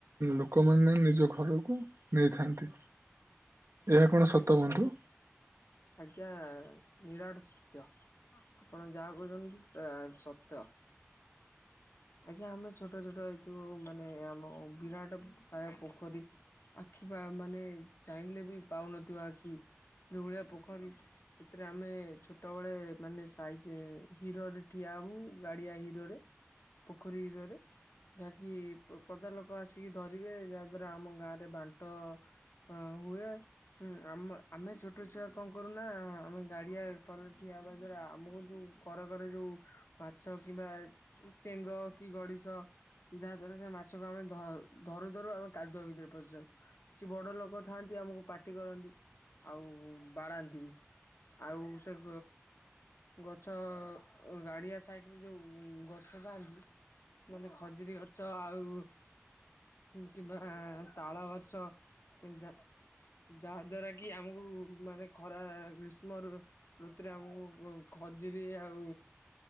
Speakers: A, on the right (about 70°); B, on the left (about 65°).
A: ଲୋକମାନେ ନିଜ ଘରୁକୁ ନେଇଥାନ୍ତି। ଏହା କଣ ସତ
B: ଆଜ୍ଞା।
A: ବନ୍ଧୁ?
B: ଆଜ୍ଞା ନିରାଟ ସତ୍ୟ। ଆପଣ ଯାହାକହିଚନ୍ତି ସେଇଆ ସତ। ଆଜ୍ଞା ଆମେ ଛୋଟ ଛୋଟ ହେଇଥିବୁ ମାନେ ଆମ ବିରାଟ କାୟ ପୋଖରୀ। ଆଖି ପା ମାନେ ଚାହିଁଲେ ବି ପାଉନଥିବ ଆଖି ଯୋଉଭଳିଆ ପୋଖରୀ। ସେଥିରେ ଆମେ ଛୋଟବେଳେ ମାନେ ସାଇଟି ହିଡ଼ରେ ଠିଆ ହବୁ ଗାଡ଼ିଆ ହିଡ଼ରେ। ପୋଖରୀ ହିରରେ। ଯାହାକି ପ ପଦା ଲୋକ ଆସିକି ଧରିବେ ଯାହାଦ୍ୱାରା ଆମ ଗାଁରେ ବାଂଟ ହଁ ହୁଏ। ହୁଁ ଆମେ ଆମେ ଛୋଟ ଛୁଆ କଣ କରୁନା ଆମେ ଗାଡିଆରେ କରରେ ଠିଆ ହେବା ଦ୍ଵାରା ଆମକୁ ଯୋଉ କରେ କରେ ଯୋଉ ମାଛ କିମ୍ବା ଚେଙ୍ଗ କି ଗଡ଼ିଶ। ଯାହାଦ୍ଵାରା ସେ ମାଛକୁ ଆମେ ଧ୍ ଧରୁ ଧରୁ ଆମେ କାଦୁଅ ଭିତରେ ପଶିଯାଉ। ସିଏ ବଡ଼ ଲୋକ ଥାଆନ୍ତି ଆମକୁ ପାଟି କରନ୍ତି ଆଉ ବାଡ଼ାନ୍ତିବି। ଆଉ ସେଗ୍ ଗଛ ଗଡିଆ ସାଇଟରେ ଯୋଉ ଗ ଛ ଥାନ୍ତି ମାନେ ଖଜିରୀ ଗଛ ଆଉ କିମ୍ବା ତାଳ ଗଛ ଯାହା ଯାହା ଦ୍ଵାରା କି କି ଆମକୁ ଉ ମାନେ ଖରା ଗ୍ରୀଷ୍ମରୁ ଋତୁରେ ଆମକୁ ଖଜୁରି ଆଉ